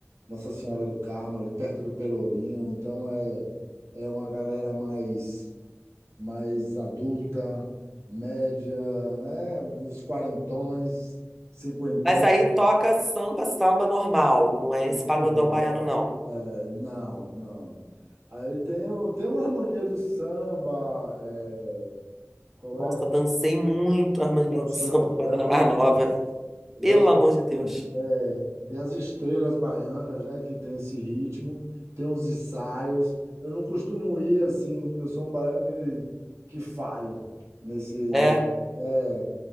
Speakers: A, on the right (about 80°); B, in the centre.
A: Nossa Senhora do Carmo, ali perto do Pelourinho. Então é é uma galera mais mais adulta, média, né? Dos quarentões, cinquentões
B: Mas aí toca samba, samba normal, não é esse
A: de
B: pagodão
A: roda.
B: baiano, não.
A: Não, não. Aí tem, o, tem uma harmonia do samba, é, qual
B: Nossa,
A: é?
B: dancei muito a harmonia
A: Léo Santana,
B: do samba quando era mais nova.
A: Léo
B: Pelo
A: Santana,
B: amor de Deus.
A: é, tem as estrelas baianas, né, que tem esse ritmo, tem uns ensaios. Eu não costumo ir assim, eu sou um baiano que, que falho nesse,
B: É,
A: nesse- é,